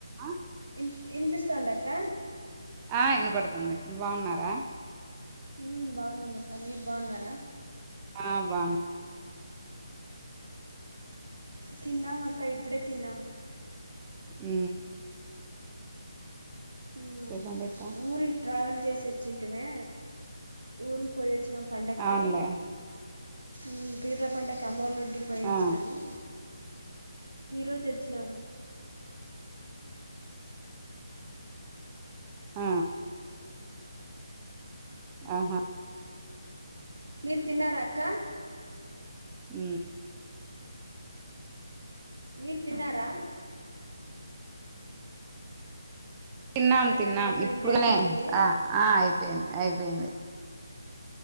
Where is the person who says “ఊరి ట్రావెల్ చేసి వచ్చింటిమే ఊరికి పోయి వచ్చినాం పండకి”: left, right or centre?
Right